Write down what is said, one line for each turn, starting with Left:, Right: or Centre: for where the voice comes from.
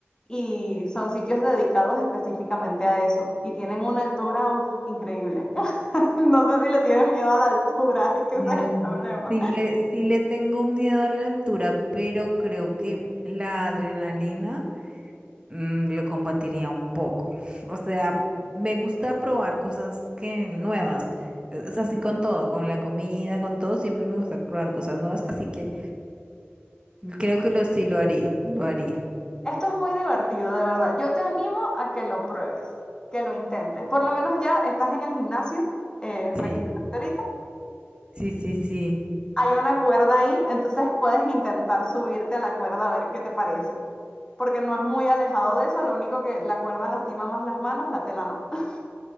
Left: y son sitios dedicados específicamente a eso. Y tienen una altura, uf, increíble. <laughs> No sé si le tienen miedo a la altura, <laughs> es que
Right: Mm,
Left: ese es el problema.
Right: Sí le, sí le tengo miedo a la altura, pero creo que la adrenalina mm, lo combatiría un poco. <laughs> O sea, me gusta probar cosas que nuevas. e, Es así con todo, con la comida, con todo, siempre me gusta probar cosas nuevas, así que creo que lo sí lo haría, lo haría.
Left: Esto es muy divertido, de verdad. Yo te animo a que lo pruebes, que lo intentes. Por lo menos ya estás en el gimnasio, eh,
Right: Sí,
Left: me comentaste ahorita.
Right: sí, sí, sí.
Left: Hay una cuerda ahí, entonces puedes intentar subirte a la cuerda a ver qué te parece. Porque no es muy alejado de eso, lo único que la cuerda lastima más las manos, la tela no. <laughs>